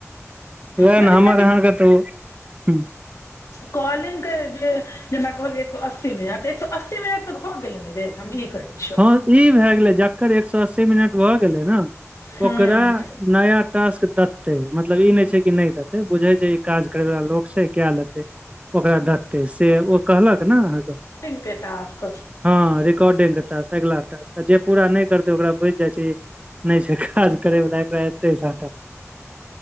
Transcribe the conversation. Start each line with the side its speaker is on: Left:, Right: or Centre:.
Right: ओहेन
Left: लेकिन
Right: हमर अहाँके तऽ हं <unintelligible>
Left: कॉलिंग के जे जेना कहलियई एकसौ अस्सी मिनट एकसौ अस्सी मिनट तऽ हो गेलै न रे हम ई कहै छियौ
Right: हँ ई भए गेलै जकर एक सौ अस्सी मिनट भऽ गेलै न
Left: हूँ
Right: ओकरा नया टास्क दतै मतलब ई नै छै कि नय दतै बुझै छै काज करै वला लोक छै कए लेतै ओकरा दतै से ओ कहलक न अहाँके
Left: एते ताक <inaudible>
Right: ह रिकॉर्डके टास्क अइगला टास्क जे पूरा नहि करतै ओकरा जा <unintelligible> नहि छै काज करै वला एकरा एते डाटा